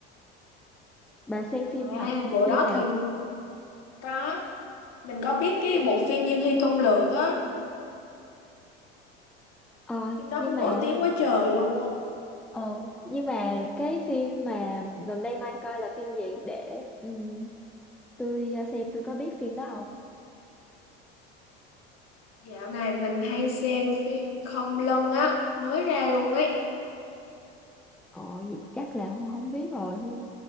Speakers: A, in the centre; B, on the left.
A: Bà xem phim
B: À,
A: lại
B: bộ
A: phim
B: đó
A: nào?
B: thì cũng có. Mình có biết cái bộ phim Dương Hy Công Lược á.
A: Ờ,
B: Phim đó
A: nhưng
B: cũng
A: mà
B: nổi tiếng quá trời luôn.
A: ờ, nhưng mà cái phim mà gần đây Mai coi là phim gì để ừm, tôi ờ, xem tôi có biết phim đó không?
B: Dạo này mình hay xem phim Không Lân á, mới ra luôn ấy.
A: Ờ, vậy chắc là Hương không biết rồi. Hương